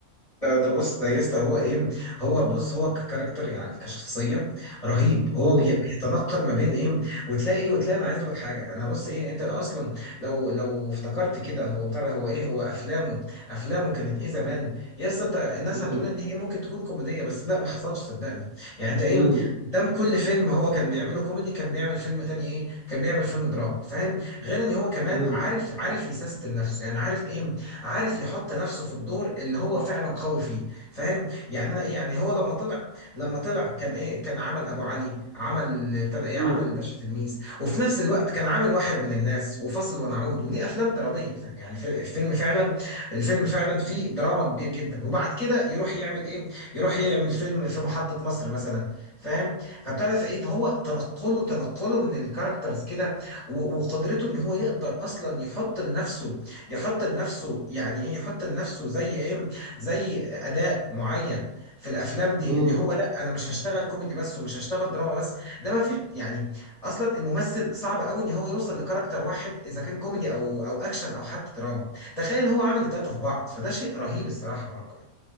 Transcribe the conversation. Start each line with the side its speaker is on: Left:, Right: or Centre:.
Left: لا ده بص ده يسطا هو ايه هو بص هو ككاركتر يعني كشخصيه رهيب هو
Right: مم.
Left: بي- بيتنقل ما بين ايه وتلاقي ايه وتلاقي انا عايز اقول لك حاجه انا بص ايه انت اصلا لو لو افتكرت كده هو بتاع ده هو ايه هو افلامه افلامه كانت ايه زمان يسطا انت الناس
Right: مم.
Left: هتقول ان هي ممكن تكون كوميديه بس لا ما حصلش صدقني يعني انت ايه
Right: مم.
Left: قدام كل فيلم هو كان بيعمله كوميدي كان بيعمل فيلم تاني ايه كان بيعمل فيلم دراما فاهم غير ان هو كمان
Right: مم.
Left: عارف عارف يسيستم نفسه يعني عارف ايه عارف يحط نفسه في الدور اللي هو فعلا قوي فيه فاهم يعني انا ايه يعني هو لما طلع لما طلع كان ايه كان عمل ابو علي عمل ابتدى ايه
Right: مم.
Left: عمل الباشا تلميذ وفي نفس الوقت كان عامل واحد من الناس وفاصل ونعود ودي افلام دراميه فاهم؟ يعني في- الفيلم فعلا الفيلم فعلا فيه دراما كبير جدا وبعد كده يروح يعمل ايه يروح يعمل فيلم في محطه مصر مثلا فاهم فابتدى في ايه فهو تنقله تنقله من الكاركترز كده و- وقدرته ان هو يقدر اصلا يحط لنفسه يحط لنفسه يعني ايه يحط لنفسه زي ايه زي اداء معين في الافلام دي
Right: مم.
Left: ان هو لا انا مش هشتغل كوميدي بس ومش هشتغل دراما بس ده ما فيش يعني اصلا الممثل صعب قوي ان هو يوصل لكاركتر واحد اذا كان كوميدي او او اكشن او حتى دراما تخيل هو عامل تلاتة في بعض فده شيء رهيب الصراحة ماركو